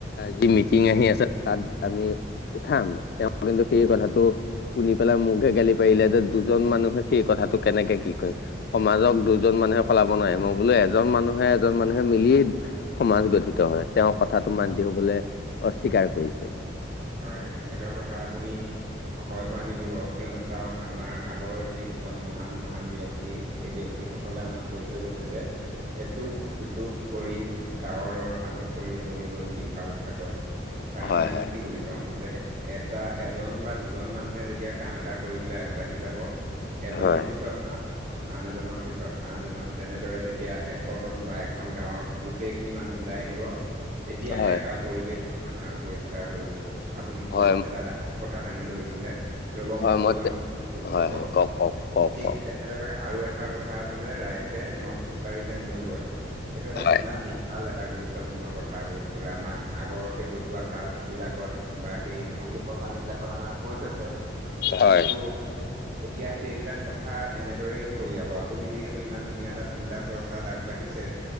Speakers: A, on the left; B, on the right.
A: যি মিটিং আহি আছে তাত উঠাম। কিন্তু সেই
B: হয়
A: কথাটো শুনি পেলাই মোক হে গালি পাৰিলে যে দুজন মানুহে সেই কথাটো কেনেকে কি কৰিম সমাজক দুজন মানুহে সলাব নোৱাৰে মই বোলো এজন মানুহে এজন মানুহে মিলিয়েই সমাজ গঠিত হয়, তেওঁৰ কথাটো মান্ত হবলৈ অস্বীকাৰ কৰিছে।
B: হয়, তেখেতৰ কথাত আপুনি হয় ভয় নিদিব কিয়নো চাওক আমাৰ আগৰ যিসকল মহান মহান ব্যক্তি এই ব্যক্তি সকলে আমাক কৈ থৈ গৈছে যে, এটোপ দুটোপ কৰি ডাৱৰৰ পানী পৰি বনি গল বিশাল সাগৰ তাৰ
A: হয়
B: মানে আমি
A: হয়
B: কি বুজি পাওঁ যে এটা এজন বা দুজন মানুহে যেতিয়া কাম এটা কৰিবলৈ আগবাঢ়ি যাব। এজনৰ
A: হয়
B: পিছত আহ, আন এজনৰ পিছত আন এজন তেনেদৰে যেতিয়া এশ জন বা এখন গাঁৱৰ গোটেই খিনি মানুহ ওলাই আহিব। তেতিয়াহে
A: হয়
B: এটা পৰিবেশ আপোনাৰ পৰিষ্কাৰ হৈ উঠিব, আপুনি খুব
A: হয়
B: এটা কথা দাঙি ধৰিছিলে ৰব
A: হয়
B: মই কৈ লওঁ
A: হয়
B: আপুনি কব
A: হয় কওক কওক কওক
B: ঠিক
A: কওক
B: তে এনেদৰে আৰু এষাৰ কথা আছে যে ৰাইজে নখ জোকাৰিলে নৈ বয়। সেইটো এটা
A: হয়
B: কিমান ভাল এটা গুৰুত্বপূৰ্ণ কথা পুৰা আমাক আগৰ সেই জতুৱা ঠাঁচ। বিলাকত বা সেই মহৎ লোকৰ বাণী বিলাকত আমাক কৈ থৈছে কিন্তু
A: হয়
B: এতিয়া সেইবিলাক কথা এনেদৰেই ফলিয়াব আপুনি যিহেতু ইমান ধুনীয়া এটা চিন্তা চৰ্চ তাত আগবাঢ়িছে,